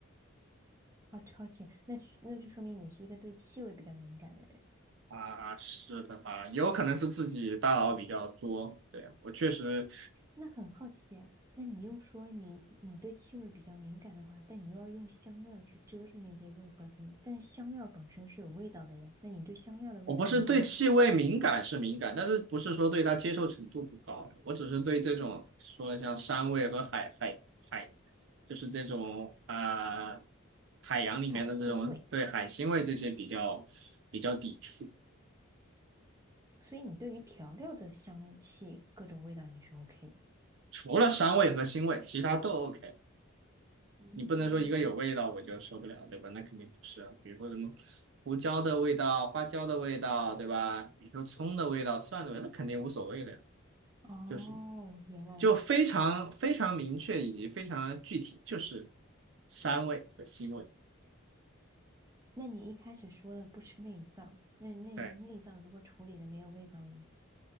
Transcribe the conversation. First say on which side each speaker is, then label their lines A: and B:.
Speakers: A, on the right; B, on the right.
A: 哦，超前，那是那就说明你是一个对气味比较敏感的人。
B: 啊。是的吧？有可能是自己大脑比较作。对，我确实，
A: 那很好奇啊，那你又说你你对气味比较敏感的话，但你又要用香料去遮住那些肉本身，但是香料本身是有味道的呀。那你对香料的味道你就
B: 我不是对气味敏感是敏感，
A: OK，
B: 但是不是说对它接受程度不高，我只是对这种说的像山味和海海海，就是这种啊、呃海洋里面的这种对海腥味这些比较比较抵触。
A: 海腥味。所以你对于调料的香气各种味道你是 OK 的。
B: 除了膻味和腥味，其他都 OK。
A: 嗯。
B: 你不能说一个有味道我就受不了，对吧？那肯定不是啊。比如说什么胡椒的味道、花椒的味道，对吧？比如说葱的味道、蒜的味道，那肯定无所谓的呀。
A: 哦，
B: 就是
A: 原来如此。
B: 就非常非常明确以及非常具体，就是膻味和腥味。
A: 那你一开始说的不吃内脏，那那个内脏如果处理的没有味道呢？
B: 对，